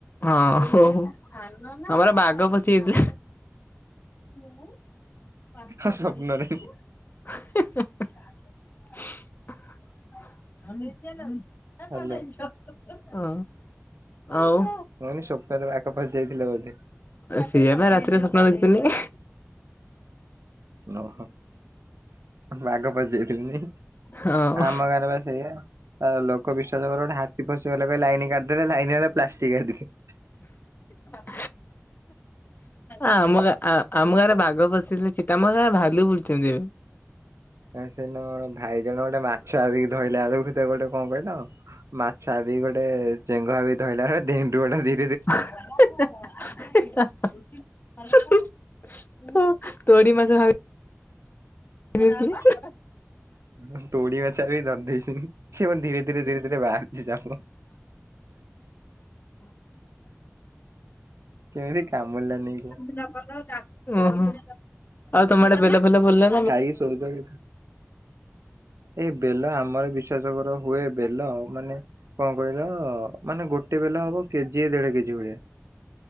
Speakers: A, on the left; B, on the right.
A: ହଁ ଓହୋ ଆମର ବାଘ ପଶିଯାଇଥିଲା। ମୁ ପାଠ
B: ହଁ ସ୍ୱପ୍ନରେ
A: ପଢିଯିବୁ। ମ <unintelligible> ହଁ
B: ହ୍ୟାଲୋ ମୁଁ
A: ଆଉ
B: ମୁଁ କହିନି ସ୍ୱପ୍ନରେ ବାଘ ପଶି ଯାଇଥିଲେ ବୋଧେ।
A: ସେଇଆ ପା ରାତିରେ ସ୍ବପ୍ନ ଦେଖିଥିନି।
B: ଓହୋ ବାଘ ପଶି ଯାଇଥିଲେ ନାଇ।
A: ହଁ
B: ଆମ ଗାଁରେ ବା ସେଇଆ। ଆଉ ଲୋକ ବିଶ୍ଵାସ କରିବନି ହାତୀ ପଶିଗଲା କହିକି ଲାଇନ୍ କାଟିିଦେଲେ। ଲାଇନ୍ ଆଇଲା ବେଳକୁ ପ୍ଲାଷ୍ଟିକ ହାତୀ।
A: <inaudible> ଆ ଆମ ଗାଁ ଆ ଆମ ଗାଁରେ ବାଘ ପଶିଥିଲେ ଚିତା ଆମ ଗାଁରେ ଭାଲୁ ବୁଲୁଚନ୍ତି ଏବେ।
B: ଆ ସେଦିନ କଣ ଭାଇ ଜଣେ ଗୋଟେ ମାଛ ଭାବିକି ଧଇଲା ଅଳୁ ହେତା ଗୋଟେ କଁ କହିଲ ମାଛ ଭାବିକି ଗୋଟେ ଚେଙ୍ଗ ଭାବି ଧଇଲା ଅଳେ ଧେଣ୍ଡୁଅଟା ଦି
A: <inaudible> ଶେଷୁ ତୋ ତୋଡ଼ି ମାଛ ଭାବି ବିଲ୍ ତୁ
B: <inaudible> ମୁଁ ତୋଡି ମାଛରା ବି ଧରି ଦେଇଛି ମୁଁ ସେ ମ ଧୀରେ ଧୀରେ ଧୀରେ ଧୀରେ ବାହାରୁଚି ଯାମ କେମିତି କାମୁଡ଼ିଲା ନେଇ କୁହ।
A: ଡୁନାପାଦ ଗାଁ ଓହୋ ଆଉ ତମ ଆଡ଼େ ବେଲ ଫେଲ ଭଲା
B: ଖାଇକି ଶୋଉଚ ହି ଏଇ ବେଲ ଆମର ବିଶ୍ବାସ କର ହୁଏ ବେଲ ମାନେ କଣ କହିଲ ମାନେ ଗୋଟେ ବେଲ ହବ କେଜି ଦେଢ଼ କେ ଜି ଭଳିଆ।